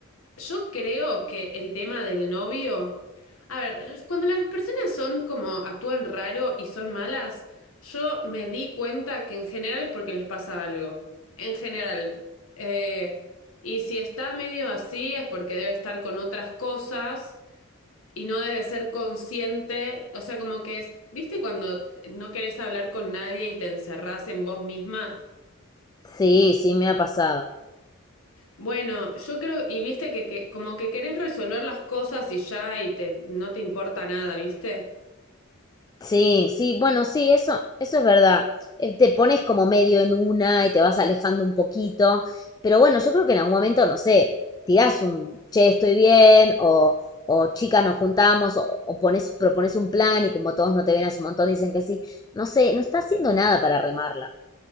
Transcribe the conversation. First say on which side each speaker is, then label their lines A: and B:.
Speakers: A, on the left; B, on the left.
A: yo creo que el tema del novio... A ver, cuando las personas son como actúan raro y son malas, yo me di cuenta que en general es porque les pasa algo. En general. Eh, y si está medio así es porque debe estar con otras cosas y no debe ser consciente. O sea, como que es... ¿Viste cuando no querés hablar con nadie y te encerrás en vos misma?
B: Sí, sí, me ha pasado.
A: Bueno, yo creo, y viste que, que como que querés resolver las cosas y ya y te no te importa nada, ¿viste?
B: Sí, sí, bueno, sí, eso, eso es verdad. Eh, Te pones como medio en una y te vas alejando un poquito, pero bueno, yo creo que en algún momento, no sé, tirás un, che, estoy bien, o, o chicas nos juntamos, o, o pones, propones un plan y como todos no te ven hace un montón, dicen que sí. No sé, no está haciendo nada para remarla.